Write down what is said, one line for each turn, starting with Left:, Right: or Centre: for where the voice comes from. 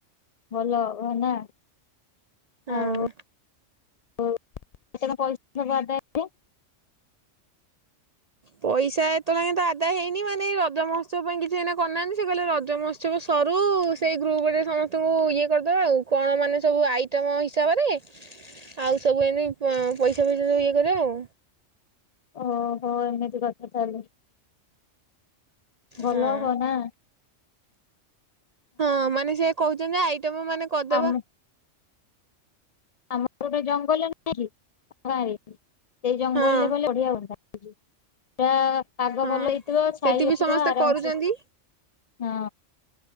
Left: ଭଲ ହେନା
Right: ହଁ।
Left: ଆଉ <unintelligible>
Right: ପଇସା ଏତଲଙ୍କେ ଆଦା ହେଇନି ମାନେ ରଜ ମହୋସବ ପାଇଁ କିଛି ସେଇନା କରିନାହାନ୍ତି। ସେ କହିଲେ ରଜହତ୍ସବ ସବୁ ସରୁ ସେଇ ଗ୍ରୁପରେ ସମସ୍ତଙ୍କୁ ଇଏ କରିଦବା ଆଉ କଣ ମାନେ ସବୁ ଆଇଟମ ହିସାବରେ ଆଉ ସବୁ ଏମି ପଇସା ଫଇସା ସବୁ ଇଏ କରେ ଆଉ।
Left: ଓହୋ ଏମିତି କଥା ତାହେଲେ ଭଲ
Right: ହଁ।
Left: ହବ ନା।
Right: ହଁ ମାନେ ସେ କହୁଛନ୍ତି ଆଇଟମ ମାନେ କରିଦବା।
Left: ଆମ ଆମର ଗୋଟେ ଜଙ୍ଗଲଁ ରେ ସେଇ ଜଙ୍ଗଲରେ
Right: ହଁ
Left: ଗଲେ ବଢିଆ ହୁନ୍ତା। ପା ସାଗ
Right: ହଁ।
Left: ଭଲ ହେଇଥିବ। ଛାଇ
Right: ସେଠି
Left: ହେଥିବ
Right: ବି ସମସ୍ତେ
Left: ଆରାମସେ
Right: କରୁଛନ୍ତି
Left: ହଁ।